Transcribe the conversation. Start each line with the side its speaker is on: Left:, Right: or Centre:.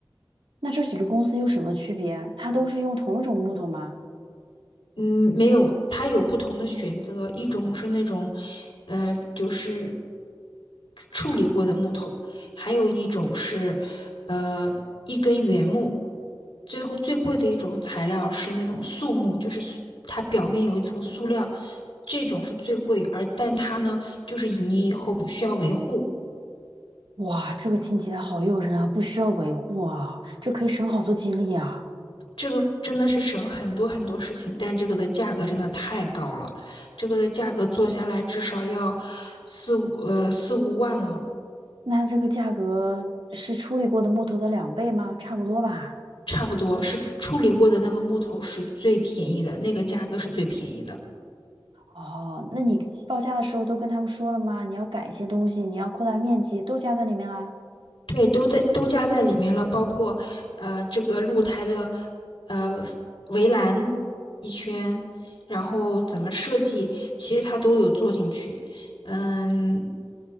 Right: 那这几个公司有什么区别？它都是用同一种木头吗？
Left: 嗯，没有，它有不同的选择，一种是那种，呃，就是处理过的木头，还有一种是，呃，一根原木。最后最贵的一种材料是那种塑木，就是塑它表面有一层塑料，这种是最贵，而但它呢，就是你以后不需要维护。
Right: 哇，这个听起来好诱人啊，不需要维护啊，这可以省好多精力啊。
Left: 这个真的是省很多很多事情，但这个的价格真的太高了，这个的价格做下来至少要四五呃四五万了，
Right: 那这个价格是处理过的木头的两倍吗？差不多吧。
Left: 差不多是处理过的那个木头是最便宜的，那个价格是最便宜的，
Right: 哦，那你报价的时候都跟他们说了吗？你要改一些东西，你要扩大面积，都加在里面啦。
Left: 对，都在都加在里面了，包括呃这个露台的呃围栏一圈，然后怎么设计，其实它都有做进去，嗯。